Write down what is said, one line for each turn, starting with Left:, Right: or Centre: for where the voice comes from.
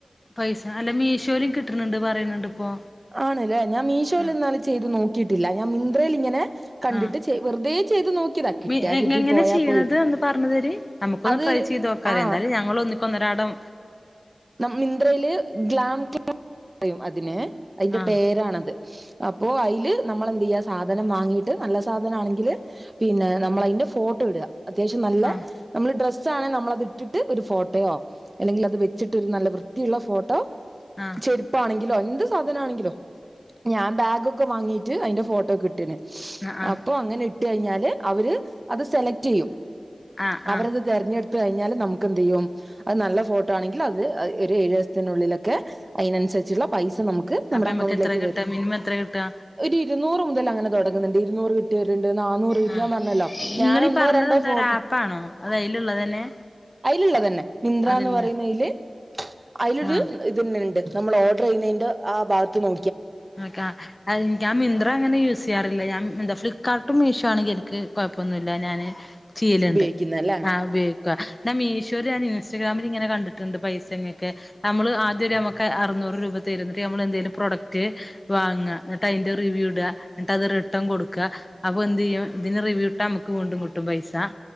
Left: പൈസ അല്ല മീഷോയിലും കിട്ടുന്നുണ്ട് പറയുന്നുണ്ട് ഇപ്പോ.
Right: ആണല്ലേ ഞാൻ മീഷോയിൽ
Left: ആ
Right: എന്നാലും ചെയ്ത് നോക്കിയിട്ടില്ല ഞാൻ മിന്ത്രയിൽ ഇങ്ങനെ കണ്ടിട്ട്
Left: ആ
Right: ചെ വെറുതെ ചെയ്ത് നോക്കിയതാ, കിട്ടിയാ
Left: മി
Right: കിട്ടി
Left: എങ്ങനെ
Right: പോയാ
Left: ചെയ്യണത്
Right: പോയി,
Left: ഒന്ന് പറഞ്ഞു തരി നമുക്കൊന്ന്
Right: അത്
Left: ട്രൈ ചെയ്ത് നോക്കാലെ
Right: ആഹ്
Left: എന്തായാലും ഞങ്ങള് ഒന്നിക്ക് ഒന്നരാടം
Right: നം മിന്ത്രയില് ഗ്ലാം <unintelligible> പറയും അതിന് അയിന്റെ
Left: ആ
Right: പേരാണത് അപ്പോ അയില് നമ്മള് എന്ത് ചെയ്യ സാധനം വാങ്ങീട്ട് നല്ല സാധന ആണെങ്കില് പിന്നെ നമ്മള് അയിന്റെ ഫോട്ടോ ഇടുക. അത്യാവശ്യം നല്ല
Left: ആ
Right: നമ്മള് ഡ്രസ് ആണെ നമ്മളത് ഇട്ടിട്ട് ഒരു ഫോട്ടോയോ അല്ലെങ്കിൽ അത് വെ ച്ചിട്ടൊരു നല്ല വൃത്തിയുള്ള ഫോട്ടോ
Left: ആ
Right: ചെരുപ്പാണെങ്കിലോ എന്ത് സാധന ആണെങ്കിലോ ഞാൻ ബാഗൊക്കെ വാങ്ങീട്ട് അയിന്റെ ഫോട്ടോക്കെ ഇട്ട്ണ്
Left: ആ
Right: അപ്പോ അങ്ങനെ ഇട് ട്ട് കഴിഞ്ഞാല് അവര് അത് സെലക്ട് ചെയ്യും
Left: ആ ആ
Right: അവരത്
Left: ആ
Right: തെരഞ്ഞെട് ത്ത് കഴിഞ്ഞാല് നമുക്ക് എന്ത് ചെയ്യും അത് നല്ല ഫോട്ടോ ആണെങ്കിൽ അത് അ ഒരു ഏഴ് ദിവസത്തിനുള്ളിലൊക്കെ അയിനനുസരിച്ചുള്ള പൈസ നമുക്ക് നമ്മുടെ
Left: അപ്പൊ നമ്മക്ക്
Right: അക്കൗണ്ടിലേക്ക്
Left: എത്ര കിട്ടാ
Right: വരും.
Left: മിനിമം എത്ര കിട്ടാ
Right: ഒരു ഇരുന്നൂറ് മുതൽ അങ്ങനെ തൊടങ്ങുന്നുണ്ട് ഇരുന്നൂറ് കിട്ടിയരുണ് ണ്ട് നന്നൂറ് കിട്ടിയാൻ
Left: ആ
Right: പറഞ്ഞല്ലോ ഞാന്
Left: നിങ്ങളീ
Right: ഒന്നോ
Left: പറഞ്ഞത്
Right: രണ്ടോ
Left: എന്താ
Right: ഫോട്
Left: ഒരു ആപ്പാണോ അത് അതിലുള്ളത് തന്നെ
Right: അയിലുള്ള തന്നെ മിന്ത്ര
Left: അതില്ല
Right: എന്ന് പറയുന്നെല്. അയിലൊരു
Left: ആ
Right: ഇതന്നെ ഇണ്ട് നമ്മൾ ഓർഡർ ചെയ്യുന്നെന്റെ ആ ഭാഗത്ത് നോ
Left: നോക്ക മിത്ര അങ്ങനെ യൂസ് ചെയ്യാറില്ല, ഞൻ എന്താ ഫ്ലിപ്കാർട്ടും മീഷ് ആണെങ്കിൽ എനിക്ക് കൊഴപ്പൊന്നുല്ല ഞാന് ചീലുണ്ട്,
Right: ഉപയോഗിക്കുന്ന അല്ലേ
Left: ആഹ് ഉപയോഗിക്ക. ഞാൻ മീഷോര് ആണ് <unintelligible> ഇൻസ്റ്റഗ്രാമിൽ ഇങ്ങനെ കണ്ടിട്ടുണ്ട് പൈസ ഇങ്ങൊക്കെ നമ്മള് ആദ്യം നമുക്ക് അറുന്നൂറ് രൂപ തരും എന്നിട്ട് നമ്മള് എന്തേലും പ്രോഡക്റ്റ് വാങ്ങ എന്നിട്ട് അയി ട്ട് റിവ്യൂ ഇടുക, എന്നിട്ട് അത് റിട്ടേൺ കൊടുക്കുക, അപ്പോ എന്ത് ചെയ്യ ഇതിന് റിവ്യൂ ഇട്ടാ നമുക്ക് വീണ്ടും കിട്ടും പൈസ.